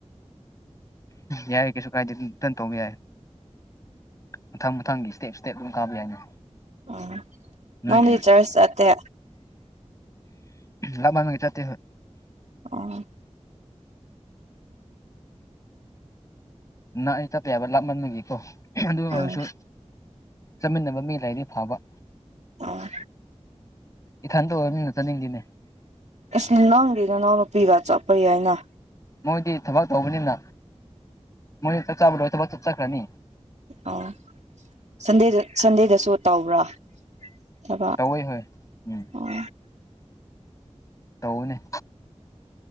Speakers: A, on the left; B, on the right.
A: ꯌꯥꯏ ꯀꯩꯁꯨ ꯀꯥꯏꯗꯦ ꯏꯇꯟ ꯇꯧꯕꯧꯕ ꯌꯥꯏ ꯃꯊꯪ ꯃꯊꯪꯒꯤ ꯏꯁꯇꯦꯞ ꯏꯁꯇꯦꯞ ꯑꯗꯨꯝ ꯀꯥꯕ ꯌꯥꯏꯅꯤ
B: ꯎꯝ
A: ꯅꯣꯏꯒꯤ
B: ꯅꯪꯗꯤ ꯆꯔꯁ ꯆꯠꯇꯦ
A: ꯂꯕꯥ ꯃꯒꯤ ꯆ ꯍ
B: ꯑꯣ
A: ꯅꯪ ꯑꯩ ꯇꯞꯄ ꯍꯥꯏꯕ ꯂꯥꯞꯃꯟꯕꯒꯤꯀꯣ ꯑꯗꯨ ꯑꯣꯏꯁꯨ
B: ꯎꯝ
A: ꯆꯠꯃꯤꯟꯅꯕ ꯃꯤ ꯂꯥꯏꯔꯗꯤ ꯐꯕ
B: ꯑꯣ
A: ꯏꯊꯟꯇ ꯑꯣꯏꯕꯅꯤꯅ ꯆꯠꯅꯤꯡꯤꯅꯦ
B: ꯏꯁ ꯅꯪꯗꯅ ꯅꯪꯅ ꯄꯤꯕ ꯆꯠꯄꯔꯤ ꯍꯥꯏꯅ
A: ꯃꯣꯏꯗꯤ ꯊꯕꯛ ꯇꯧꯕꯅꯤꯅ ꯃꯣꯏ ꯆꯥꯛ ꯆꯥꯕꯗꯣꯏ ꯊꯕꯛ ꯆꯠ ꯆꯈ꯭ꯔꯅꯤ
B: ꯑꯣ ꯁꯟꯗꯦꯗ ꯁꯟꯗꯦꯗꯁꯨ ꯇꯧꯕ꯭ꯔꯥ ꯊꯕꯛ
A: ꯇꯧꯏ ꯍꯣꯏ ꯎꯝ
B: ꯑꯣ
A: ꯇꯧꯅꯦ